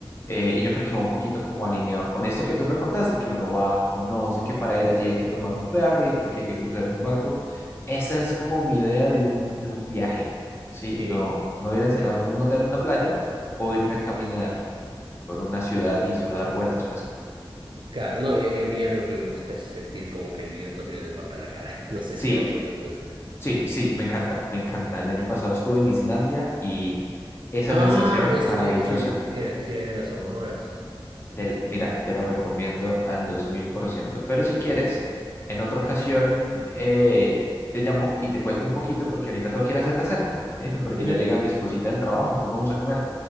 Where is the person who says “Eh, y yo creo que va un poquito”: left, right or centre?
Left